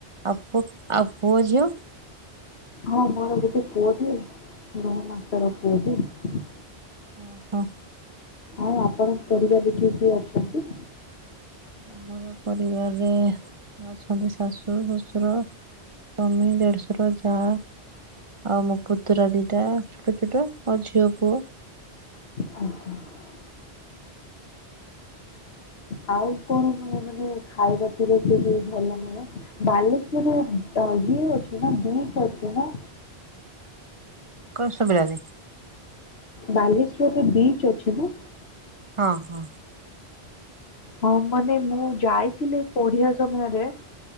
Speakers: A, on the right; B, on the left.
A: ଆ-ପୁ-ଆଉ ପୁଅ ଝିଅ?
B: ହଁ ମୋର ଗୋଟେ ପୁଅ ଟିଏ ନଅ ମାସର ପୁଅ ଟିଏ।
A: ଓ ହ।
B: ଆଉ ଆପଣଙ୍କ ପରିବାରିକ କିଏ କିଏ ଅଛନ୍ତି?
A: ଆମର ପରିବାରରେ ଅଛନ୍ତି, ଶାଶୁ ଶ୍ୱଶୁର ସ୍ୱାମୀ, ଦେଢଶୁର, ଯାଆ ଆଉ ମୋ ପୁତୁରା ଦିଟା ଛୋଟ ଛୋଟ, ମୋ ଝିଅ ପୁଅ
B: ଆ <inaudible> ଆଉ କଣ ମାନେ ଖାଇବା ପିଇବା ଟା ବି ଭଲ ହୁଏ, ବାଲେଶ୍ଵରରେ ଇଏ ଅଛି ନା, ବିଚ ଅଛି ନା
A: କଣ ସୁବିଲାନି।
B: ବାଲେଶ୍ଵରରେ ବିଚ ଅଛି ନା?
A: ହଁ ହଁ
B: ହଁ ମାନେ, ମୁଁ ଯାଇଥିଲି, ପଢିବା ସମୟରେ